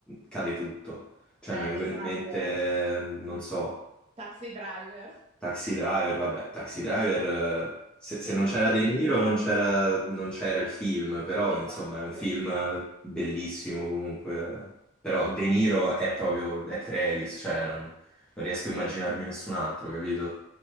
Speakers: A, in the centre; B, on the right.
A: cade tutto. Cioè
B: Eh,
A: mi vengono
B: esatto,
A: in mente, non so.
B: Taxi Driver,
A: Taxi Driver, vabbè, Taxi Driver, eh, se, se
B: pensalo
A: non c'era De
B: senza...
A: Niro non c'era non c'era il film, però
B: Esatto,
A: insomma è un film
B: esatto,
A: bellissimo comunque. Però De Niro è proprio, è Travis, cioè non, non riesco
B: sì,
A: a immaginarmi nessun altro, capito?